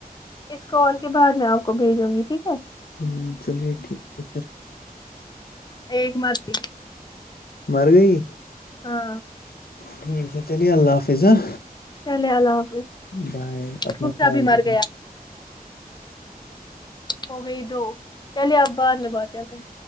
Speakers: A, on the left (about 30°); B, on the left (about 80°).
A: اس کال کے بعد میں آپ کو بھیجوں گی ٹھیک ہے
B: امم چلیے ٹھیک ہے پھر
A: ایک ماردی
B: مر گئی
A: ہاں
B: ٹھیک ہے چلیے اللہ حافظ ہاں
A: چلے اللہ حافظ
B: بائے اپنا
A: دوسرا
B: خیال
A: بھی مر
B: رکھو
A: گیا ہو گئی دو چلیے آپ بعد میں بات کرتے ہیں